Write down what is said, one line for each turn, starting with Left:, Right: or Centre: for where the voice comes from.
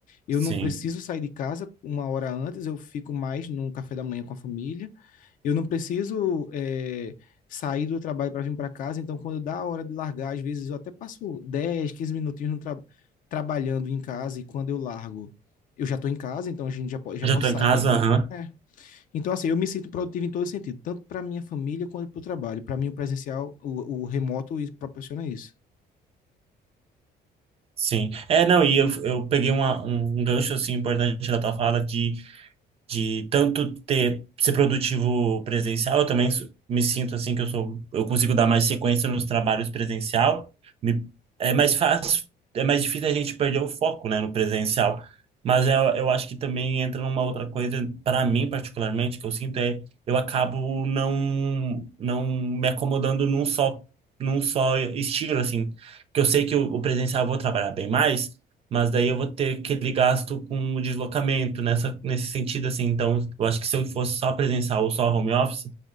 Left: eu
Right: Sim.
Left: não preciso sair de casa uma hora antes, eu fico mais num café da manhã com a família. Eu não preciso eh, sair do trabalho para vir para casa. Então, quando dá a hora de largar, às vezes eu até passo 10, 15 minutinhos no tra trabalhando em casa e quando eu largo, eu já estou em casa, então a gente já, po já
Right: Já
Left: posso
Right: tô em
Left: sair.
Right: casa, aham.
Left: É, então, assim, eu me sinto produtivo em todo sentido, tanto para minha família quanto para o trabalho. Para mim, o presencial, o, o remoto e proporciona isso.
Right: Sim. É, não, e eu, eu peguei uma, um gancho, assim, importante da tua fala de de tanto ter ser produtivo presencial, eu também su- me sinto assim que eu sou, eu consigo dar mais sequência nos trabalhos presencial. Me- é mais fácil, é mais difícil a gente perder o foco, né, no presencial. Mas eu, eu acho que também entra numa outra coisa, para mim particularmente, que eu sinto é eu acabo não não me acomodando num só num só estilo assim, que eu sei que o, o presencial eu vou trabalhar bem mais, mas daí eu vou ter aquele gasto com o deslocamento nessa, nesse sentido, assim. Então, eu acho que se eu fosse só presencial ou só home office,